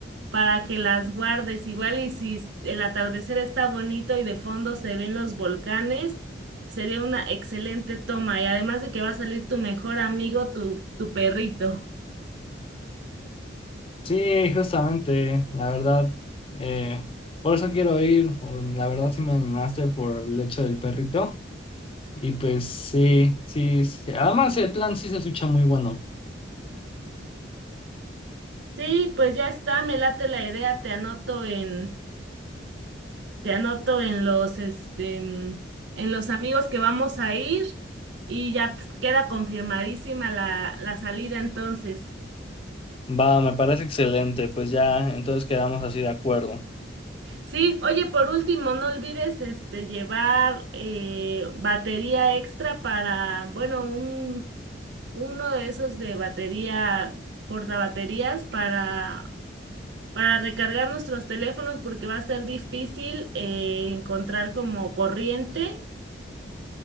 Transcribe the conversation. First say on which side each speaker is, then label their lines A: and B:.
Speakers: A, on the right (about 70°); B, on the left (about 30°).
A: para que las guardes. Igual y si el atardecer está bonito y de fondo se ven los volcanes, sería una excelente toma. Y además de que va a salir tu mejor amigo, tu, tu perrito.
B: Sí, justamente, la verdad. eh, por eso quiero ir. um, La verdad sí me animaste por el hecho del perrito. Y pues sí, sí. sí. Además el plan sí se escucha muy bueno.
A: Sí, pues ya está, me late la idea, te anoto en, te anoto en los, este, mm, en los amigos que vamos a ir y ya queda confirmadísima la, la salida entonces.
B: Va, me parece excelente, pues ya entonces quedamos así de acuerdo.
A: Sí, oye, por último, no olvides este llevar eh, batería extra para, bueno, un uno de esos de batería, portabaterías para para recargar nuestros teléfonos porque va a ser difícil eh, encontrar como corriente